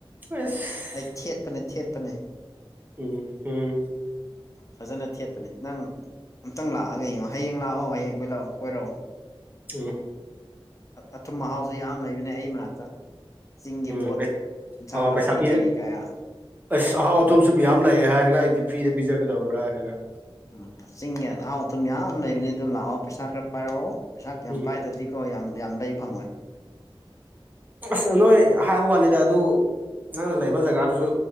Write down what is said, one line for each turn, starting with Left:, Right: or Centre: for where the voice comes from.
Right: ꯑꯁ
Left: ꯑꯩ ꯊꯦꯠꯄꯅꯦ ꯊꯦꯠꯄꯅꯦ
Right: ꯎ ꯎꯝ
Left: ꯐꯖꯅ ꯊꯦꯠꯄꯅꯦ ꯅꯪ ꯑꯨꯛꯇꯪ ꯂꯥꯛꯑꯒ ꯌꯦꯡꯉꯣ ꯍꯌꯦꯡ ꯂꯥꯛꯑꯣ ꯍꯌꯦꯡ ꯀꯣꯏ ꯂꯥꯛꯑꯣ ꯀꯣꯏꯔꯛꯑꯣ
Right: ꯎꯝ
Left: ꯑꯊꯨꯝ ꯃꯍꯥꯎꯁꯨ ꯌꯥꯝ ꯂꯩꯕꯅꯦ ꯑꯩ ꯃꯅꯥꯛꯇ ꯆꯤꯡꯒꯤ
Right: ꯎꯝ
Left: ꯄꯣꯠ ꯏꯟꯁꯥꯡ
Right: ꯑꯧ
Left: ꯅꯥꯄꯤ
Right: ꯄꯩꯁꯥ ꯄꯤꯔ
Left: ꯀꯔꯤ ꯀꯌꯥ
Right: ꯑꯁ ꯑꯍꯥꯎ ꯑꯊꯨꯝꯝꯁꯨ ꯌꯥꯝꯌꯥꯝ ꯂꯩꯥꯛꯑꯦ ꯍꯥꯏꯔꯒ ꯑꯩꯗꯤ ꯐ꯭ꯔꯤꯗ ꯄꯤꯖꯒꯗꯕ꯭ꯔꯥ ꯍꯥꯏꯔꯒ
Left: ꯎꯝ ꯆꯤꯡ ꯑꯍꯥꯎ ꯑꯊꯨꯝ ꯃꯌꯥꯝ ꯂꯩꯕꯅꯦ ꯑꯗꯨ ꯂꯥꯛꯑꯣ ꯄꯩꯁꯥ ꯈꯔ ꯄꯥꯏꯔꯛꯑꯣ ꯄꯩꯁꯥ ꯀꯌꯥꯝ
Right: ꯎꯝ
Left: ꯄꯥꯏꯗꯗꯤꯀꯣ ꯌꯥꯝ ꯌꯥꯝ ꯂꯩ ꯐꯪꯉꯣꯏ
Right: ꯑꯁ ꯅꯣꯏ ꯍꯥꯏꯕ ꯋꯥꯅꯤꯗ ꯑꯗꯨ ꯅꯪꯅ ꯂꯩꯕ ꯖꯒꯥꯗꯨꯁꯨ